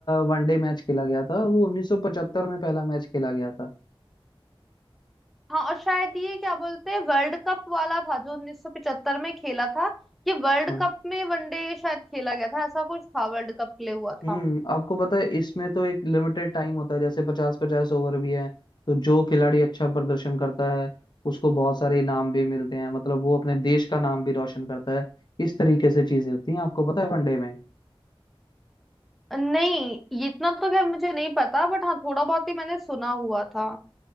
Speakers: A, on the left; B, in the centre.
A: वनडे मैच खेला गया था वो 1975 में पहला मैच खेला गया था
B: हाँ और शायद ये क्या बोलते हैं वर्ल्ड कप वाला था जो 1975 में खेला था ये वर्ल्ड
A: हाँ
B: कप में वनडे शायद खेला गया था ऐसा कुछ था वर्ल्ड कप के लिए हुआ था
A: हम्म आपको पता है इसमें तो एक लिमिटेड टाइम होता है जैसे पचास पचास ओवर भी है तो जो खिलाड़ी अच्छा प्रदर्शन करता है उसको बहुत सारे इनाम भी मिलते हैं मतलब वो अपने देश का नाम भी रोशन करता है इस तरीके से चीजें होती हैं आपको पता है वनडे में
B: नहीं ये इतना तो खैर मुझे नहीं पता बट हाँ थोड़ा बहुत ही मैंने सुना हुआ था